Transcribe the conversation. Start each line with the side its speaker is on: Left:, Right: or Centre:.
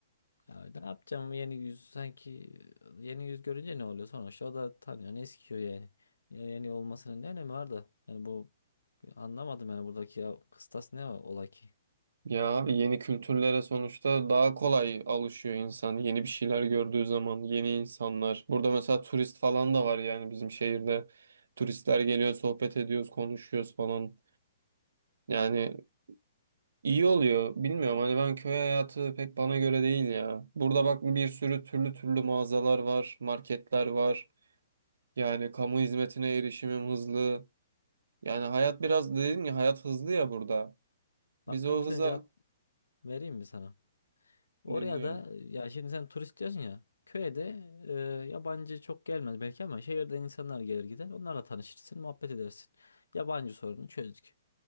Left: Ya ne yapacağım yeni yüz sanki yeni yüz görünce ne oluyor sonuçta o da tanıyor ne eskiyor yani. Ya yeni olmasının ne önemi var da yani bu anlamadım yani buradaki ya, kıstas ne o- ola ki?
Right: Ya abi yeni kültürlere sonuçta daha kolay alışıyor insan. Yeni bir şeyler gördüğü zaman yeni insanlar. Burada mesela turist falan da var yani bizim şehirde. Turistler geliyor, sohbet ediyoruz, konuşuyoruz falan. Yani İyi oluyor. Bilmiyorum hani ben köy hayatı pek bana göre değil ya. Burada bak bir sürü türlü türlü mağazalar var, marketler var. Yani kamu hizmetine erişimim hızlı. Yani hayat biraz dedim ya hayat hızlı ya burada. Biz
Left: Bak
Right: o
Left: hepsine
Right: hıza
Left: cevap vereyim mi sana? Oraya
Right: dinliyorum.
Left: da ya şimdi sen turist diyorsun ya. Köye de e, yabancı çok gelmez belki ama şehirden insanlar gelir gider. Onlarla tanışırsın, muhabbet edersin. Yabancı sorunu çözdük.